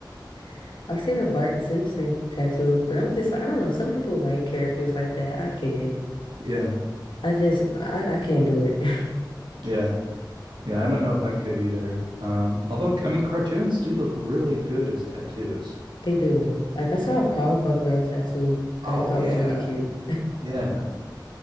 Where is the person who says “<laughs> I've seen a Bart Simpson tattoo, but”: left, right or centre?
Left